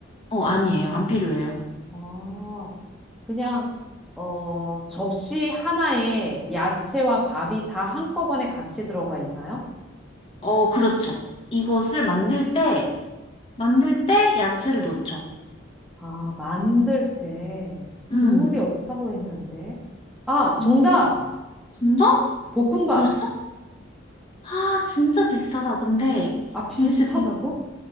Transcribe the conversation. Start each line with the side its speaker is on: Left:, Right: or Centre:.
Left: 어, 아니에요. 안 필요해요.
Centre: 아, 그냥, 어, 접시 하나에 야채와 밥이 다 한꺼번에 같이 들어가 있나요?
Left: 어, 그렇죠. 이것을 만들 때, 만들 때 야채를 넣죠.
Centre: 아, 만들 때 국물이
Left: 음,
Centre: 없다고 했는데. 아,
Left: 정말,
Centre: 정답!
Left: 정답?
Centre: 볶음밥!
Left: 벌써? 아, 진짜 비슷하다. 근데,
Centre: 아, 비슷하다고?
Left: 언니 진짜 비,